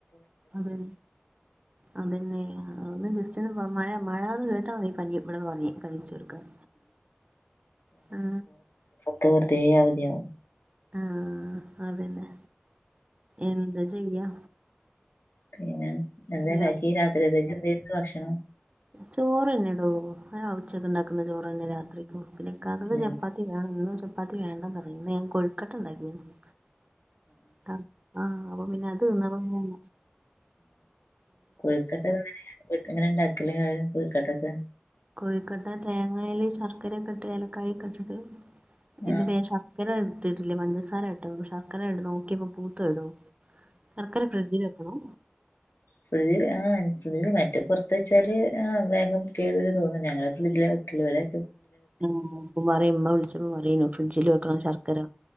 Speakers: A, on the right; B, on the left.
A: അതെ അതന്നെ <unintelligible> ഇന്ന് പ്പൊ മഴ മഴാന്ന് കേട്ടാ മതി പനി ഇവ്ടെ പനി പനിച്ചട്‌ക്കാൻ ആ
B: ഇത് വെറുതെ അവധിയാവും
A: ആഹ് അതന്നെ എന്താ ചെയ്യാ
B: പിന്നെ എന്തേണ്ടാക്കി
A: ഒരാ
B: രാത്രിയത്തേക്ക് എന്തരുന്നു ഭക്ഷണം
A: ചോറ്ന്നെടോ ആ ഉച്ചക്ക്ണ്ടാക്കുന്ന ചോറന്നെ രാത്രിക്കും പിന്നെ ഇക്കാക്കക്ക്
B: ഉം.
A: ചപ്പാത്തി വേണം ഇന്ന് ചപ്പാത്തി വേണ്ടന്ന് പറഞ് ഇന്ന് ഞാൻ കോഴുക്കട്ട ഇണ്ടാക്കീണ് ആ ആഹ് അപ്പൊ പിന്നെ അത് തിന്ന <unintelligible>
B: കൊഴ്ക്കട്ടങ്ങനെ വീട്ട് എങ്ങനെങ്ങള് ഉണ്ടാക്കല് കൊഴ്ക്കട്ടൊക്കെ
A: കൊഴിക്കട്ട തേങ്ങയില് ശർക്കരക്കെട്ട് ഏലക്കായി ക്കെട്ടിട്ട് ഇന്ന്
B: ആ
A: പ്പ ഞാ ശർക്കര ഇട്ടിട്ടില്ലേ പഞ്ചസാര ഇട്ടോ ശർക്കര നോക്കിയപ്പോ പൂത്ത് പോയെടോ ശർക്കര ഫ്രീഡ്ജില് വെക്കണോ
B: ഫ്രിഡ്ജിൽ ആ ഫ്രി്ജിൽ മറ്റേ പുറത്ത് വെച്ചാല് ആ വേഗം കേടു വരു തോന്ന്ണ്ട് ഞങ്ങള് ഫ്രിഡ്ജില വെക്കല് ഇവിടെ
A: ഉം ഇപ്പ പറ്യേ ഇമ്മ വിളിച്ചപ്പോ പറ്യേനു ഫ്രിഡ്ജില് വെക്കണം ശർക്കര